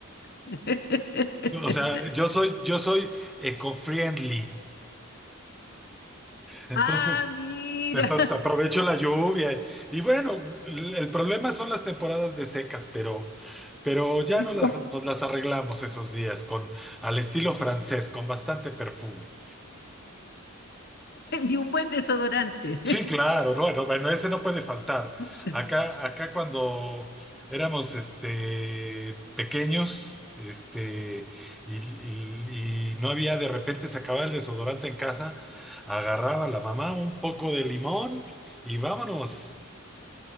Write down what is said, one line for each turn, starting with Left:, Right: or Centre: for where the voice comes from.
Left: <laughs>
Centre: O sea, yo soy, yo soy eco-friendly. Entonces,
Left: Ah, mira.
Centre: Entonces aprovecho la lluvia. Y bueno, el, el problema son las temporadas de secas, pero, pero ya
Left: <laughs>
Centre: nos las, nos las arreglamos esos días con al estilo francés, con bastante perfume.
Left: Y un buen desodorante.
Centre: Sí, claro, bueno, bueno, ese no puede faltar.
Left: <laughs>
Centre: Acá, acá cuando éramos este, pequeños, este, y, y- y no había de repente se acababa el desodorante en casa, agarraba la mamá un poco de limón y vámonos.